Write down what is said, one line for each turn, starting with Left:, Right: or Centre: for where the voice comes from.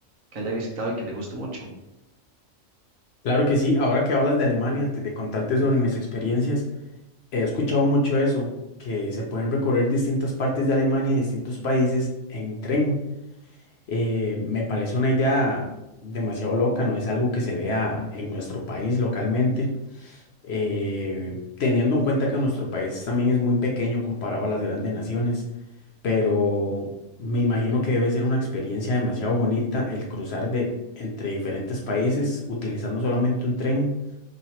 Right: que haya visitado y que le guste mucho.
Left: Claro que sí, ahora que hablas de Alemania, antes de contarte sobre mis experiencias, he escuchado mucho eso, que se pueden recorrer distintas partes de Alemania, distintos países en tren. Eh, me parece una idea demasiado loca, no es algo que se vea en nuestro país localmente. eh, teniendo en cuenta que nuestro país también es muy pequeño comparado a las grandes naciones. pero me imagino que debe ser una experiencia demasiado bonita el cruzar de entre diferentes países utilizando solamente un tren.